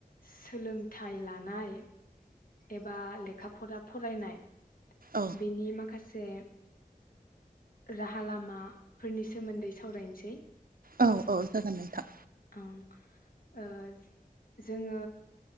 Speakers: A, on the left (about 70°); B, on the right (about 70°).
A: सोलोंथाइ लानाय एबा लेखा फरा फरायनाय
B: औ
A: बिनि मा खासे राहा लामाफोरनि सोमोन्दै सावरायनोसै
B: औ औ जागोन नोंथां
A: ओं ओ जोङो